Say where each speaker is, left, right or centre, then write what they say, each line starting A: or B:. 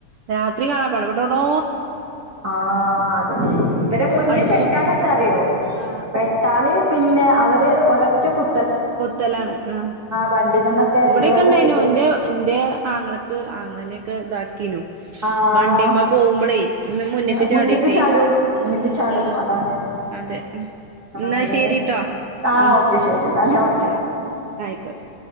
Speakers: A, on the right (about 70°); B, on the right (about 30°).
A: രാത്രി കാണാപ്പട പട്ടോടോ
B: ആ അത ഇവരെ മുന്നേ
A: അടിച്ചു
B: പെട്ടാൽ എന്താ അറിയോ
A: ആ
B: പെട്ടാല് പിന്നെ അവര് ഒ ച കു
A: കൊത്തലാണ് ആ
B: വണ്ടിമന്നൊക്കെ
A: ഇവിടെൊക്കെ
B: ഇതുവരെക്കും
A: ഉണ്ടായിനു
B: സുഖ
A: എന്റെ എന്റെ ആങ്ങളക്ക് ആങ്ങളക്കെ ാ
B: ആഹ്
A: വണ്ടിമ്മ പോകുമ്പോളേ അ മുന്നേക്ക്
B: ഉം
A: ചാടിട്ടേ
B: മുന്ന്ക്ക് ചാടും
A: ഉ
B: മുന്ന്ക്ക്
A: ഉ
B: ചാടും
A: ഉ
B: അതാണ്
A: അതെ ഉ
B: ആഹ്
A: എന്നാ
B: അതന്നെ
A: ശെരിട്ടാ
B: ആഹ്
A: ഉ
B: ഓക്കെ ശരി എന്നാല് ഓക്കെ
A: ആഹ ആയിക്കോട്ടെ